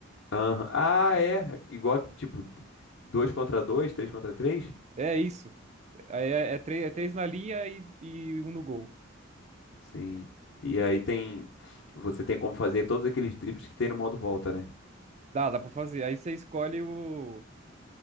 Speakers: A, on the left (about 65°); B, on the right (about 35°).
A: Aham. Ah, é. Igual, tipo, 2 contra dois, três contra 3?
B: É isso. Aí é, é três, é três na linha e, e um no gol.
A: Sim. E aí tem. Você tem como fazer todos aqueles dribles que tem no modo volta, né?
B: Dá, dá pra fazer. Aí você escolhe o.